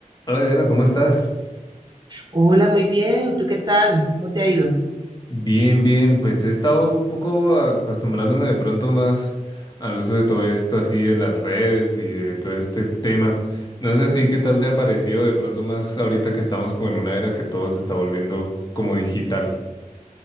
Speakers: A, on the left (about 30°); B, on the right (about 30°).
A: Hola Diana, ¿cómo estás?
B: Hola, muy bien. ¿Tú qué tal? ¿Cómo te ha ido?
A: Bien, bien, pues he estado un poco acostumbrándome de pronto más al uso de todo esto así de las redes y de todo este tema. No sé a ti qué tal te ha parecido de pronto más ahorita que estamos como en una era que todo se está volviendo como digital.